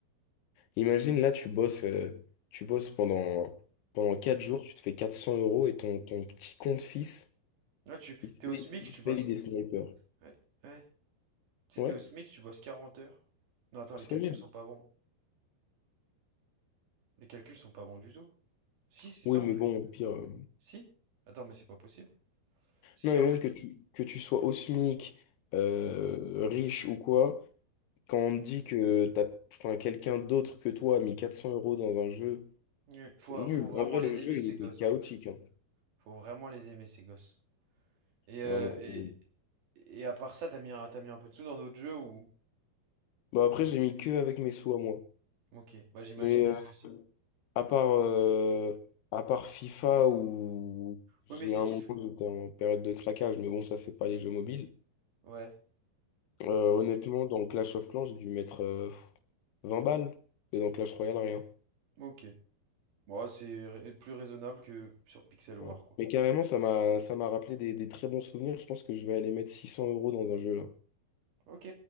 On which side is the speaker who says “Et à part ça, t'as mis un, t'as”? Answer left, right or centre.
Right